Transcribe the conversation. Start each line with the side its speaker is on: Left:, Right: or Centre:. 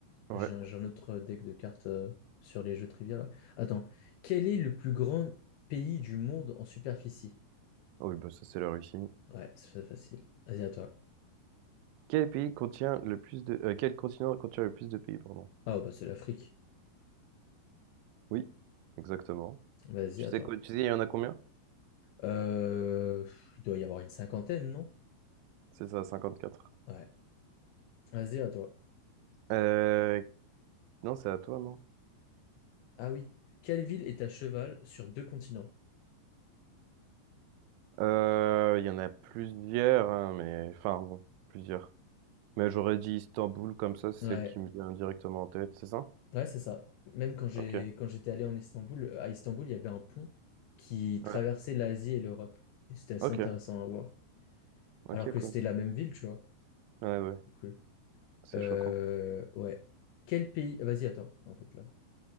Right: Ouais.
Left: J'ai un, j'ai un autre deck de cartes euh, sur les jeux trivia là. Attends, quel est le plus grand pays du monde en superficie?
Right: Oh, oui, bah ça c'est la Russie.
Left: Ouais, c'est facile. Vas-y, à toi.
Right: Quel pays contient le plus de... euh, quel continent contient le plus de pays, pardon?
Left: Ah, bah c'est l'Afrique.
Right: Oui, exactement.
Left: Vas-y,
Right: Tu
Left: à
Right: sais
Left: toi.
Right: quoi, tu sais, il y en a combien?
Left: Euh, pff, il doit y avoir une cinquantaine, non?
Right: C'est ça, 54.
Left: Ouais. Vas-y, à toi.
Right: Euh... Non, c'est à toi, non?
Left: Ah oui. Quelle ville est à cheval sur deux continents?
Right: Euh, il y en a plusieurs, hein, mais... Enfin, bon, plusieurs. Mais j'aurais dit Istanbul, comme ça, c'est
Left: Ouais.
Right: celle qui me vient directement en tête, c'est ça?
Left: Ouais, c'est ça. Même quand j'ai
Right: Ok.
Left: quand j'étais allé en Istanbul, euh, à Istanbul, il y avait un pont qui
Right: Ouais.
Left: traversait l'Asie et l'Europe. Et c'était assez
Right: Ok,
Left: intéressant à voir.
Right: ok,
Left: Alors que
Right: cool.
Left: c'était la même ville, tu vois.
Right: Ouais,
Left: Ouais,
Right: ouais,
Left: C'est cool.
Right: c'est
Left: Euh,
Right: choquant.
Left: ouais. Quel pays? Ah, Vas-y, attends, en fait, là.